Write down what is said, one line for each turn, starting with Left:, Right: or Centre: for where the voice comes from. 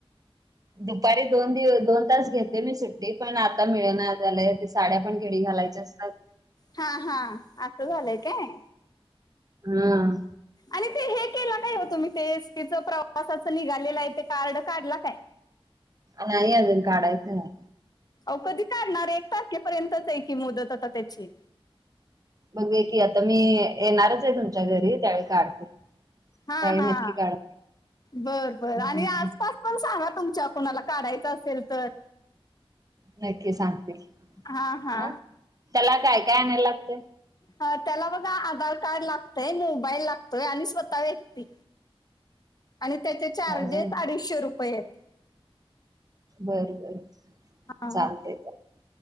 Right: दुपारी दोन दिव दोन तास घेते मी सुट्टी पण आता मिळ ना झालंय ते साड्या पण घेडी घालाय ज <unintelligible>
Left: हा हा आस झालंय काय?
Right: हम.
Left: आणि ते हे केला काय हो तुम्ही ते एसटीचं प्रवासाचं निघालेलं आहे ते कार्ड काढला काय?
Right: नाही अजून काढायचं हाय.
Left: आव कधी काढणार एक तारखेपर्यंतच आहे की मुदत आता त्याची.
Right: बघूया की आता मी येणारच आहे तुमच्या घरी त्यावेळी काढते.
Left: हा
Right: त्यावेळी
Left: हा,
Right: नक्की काढा
Left: बरं बर
Right: हम्म
Left: आणि आसपास पण सांगा तुमच्या कुणाला काढायचं असेल तर.
Right: नक्की सांगते,
Left: हा हा
Right: हं त्याला काय-काय आणायला लागतय.
Left: ह त्याला बघा आधार कार्ड लागतय, मोबाईल लागतोय आणि स्वतः व्यक्ती. आणि त्याचे चार्जेस
Right: काय काय
Left: अडीचशे रुपये. आहेत
Right: बरं बरं.
Left: हा
Right: चालतंय चालतंय